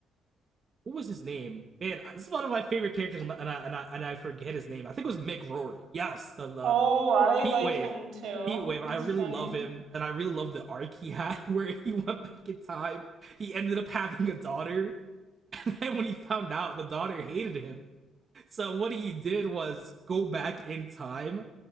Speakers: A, on the right (about 45°); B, on the right (about 70°).
A: what was his name? Man, this is one of my favorite characters, and I, and I and I, forget his name. I think it was Mick Rory. Yes, the the,
B: Oh,
A: the
B: I
A: Heat
B: like
A: Wave.
B: him too.
A: Heat Wave,
B: He's
A: I really
B: funny.
A: love him, and I really love the arc he <laughs> had where he went back in time. He ended up having a daughter, <laughs> and when he found out, the daughter hated him. So what he did was go back in time